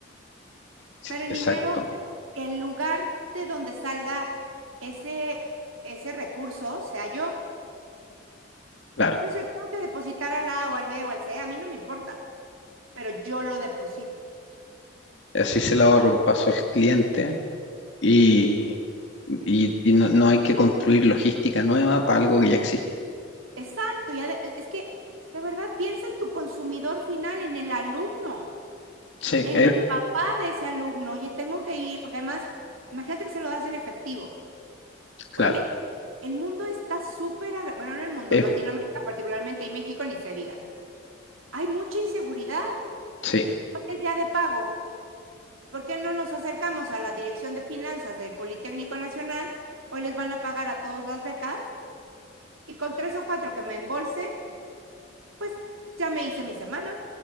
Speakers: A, on the left; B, on the right.
A: sí,
B: pero el
A: Exacto,
B: dinero, o sea, que el lugar de donde salga ese, ese recurso sea yo,
A: claro.
B: pero si tengo que depositar al A o al B o al C, a mí no me importa, pero yo lo deposito.
A: Así se le ahorra un paso al cliente y, y, y no no hay que construir logística nueva para algo que ya existe.
B: Exacto, ya es que de verdad piensa en tu consumidor final, en el alumno.
A: Sí,
B: en
A: es-
B: el papá de ese alumno, oye, tengo que ir, porque además, imagínate que se lo das en efectivo.
A: claro,
B: Oye, el mundo está súper, agra- bueno, no el mundo,
A: es,
B: Latinoamérica particularmente y México ni se diga. Hay mucha inseguridad.
A: sí.
B: Es ya de pago. ¿Por qué no nos acercamos a la Dirección de Finanzas del Politécnico Nacional? Hoy les van a pagar a todos las becas y con tres o cuatro que me embolse, pues ya me hice mi semana.